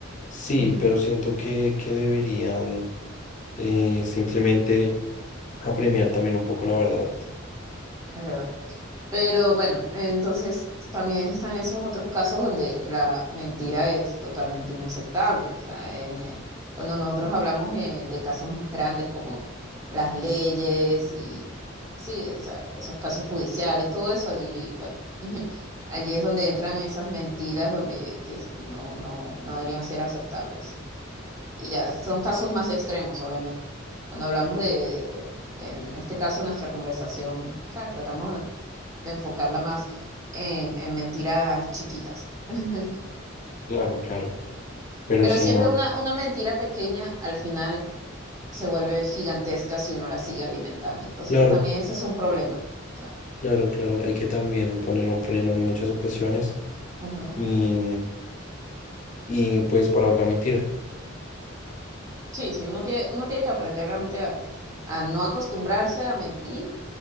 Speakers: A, on the left (about 40°); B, on the right (about 15°).
A: sí,
B: Ujú,
A: pero siento que, que deberían eh, simplemente apremiar también un poco la verdad.
B: es verdad. Pero bueno, entonces también están esos otros casos donde la mentira es totalmente inaceptable. O sea, eh, cuando nosotros hablamos eh, de casos más grandes como las leyes y sí, o sea, esos casos judiciales, todo eso allí, bueno, <laughs> allí es donde entran esas mentiras donde que se- no, no, no deberían ser aceptables. Y ya, son casos más extremos, obviamente. Cuando hablamos de, en este caso, nuestra conversación, ¿sabes? Tratamos de enfocarla más en, en mentiras chiquitas. <laughs>
A: Claro, claro. Pero
B: Pero
A: si
B: siempre
A: no,
B: una, una mentira pequeña al final se vuelve gigantesca si uno la sigue alimentando. Entonces,
A: claro,
B: también ese es un problema. O sea,
A: claro, claro. Hay que también poner un freno en muchas ocasiones
B: ujú.
A: y, y pues parar la mentira.
B: Sí, sí, uno tiene, uno tiene que aprender realmente a, a no acostumbrarse a mentir